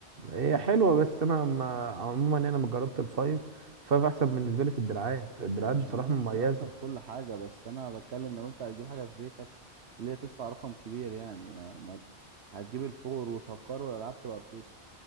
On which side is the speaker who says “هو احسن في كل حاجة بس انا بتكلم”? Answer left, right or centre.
Right